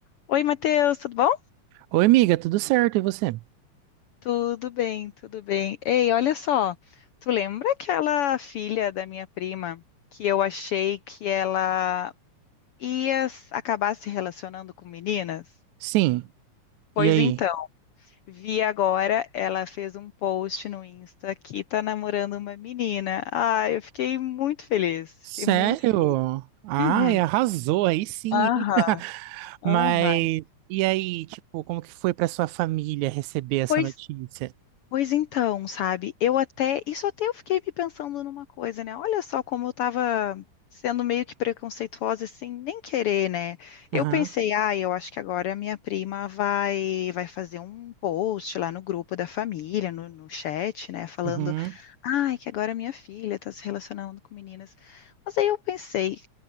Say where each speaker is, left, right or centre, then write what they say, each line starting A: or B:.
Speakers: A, on the left; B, on the right.
A: Oi, Matheus, tudo bom?
B: Oi, amiga, tudo certo? E você?
A: Tudo bem, tudo bem. Ei, olha só, tu lembra aquela filha da minha prima que eu achei que ela ia s- acabar se relacionando com meninas?
B: Sim.
A: Pois
B: E aí?
A: então, vi agora, ela fez um post no Insta que tá namorando uma menina. Ah, eu fiquei muito feliz,
B: Sério?
A: fiquei muito feliz.
B: Ai,
A: Uhum.
B: arrasou aí sim,
A: Aham,
B: hein? <laughs>
A: aham.
B: Mas e aí, tipo, como que foi pra sua família receber essa
A: Pois
B: notícia?
A: Pois então, sabe? Eu até, isso até eu fiquei me pensando numa coisa, né? Olha só como eu tava sendo meio que preconceituosa sem nem querer, né? Eu
B: Aham,
A: pensei, ah, eu acho que agora a minha prima vai vai fazer um post lá no grupo da família, no, no chat, né, falando,
B: uhum,
A: ai, que agora minha filha tá se relacionando com meninas. Mas aí eu pensei,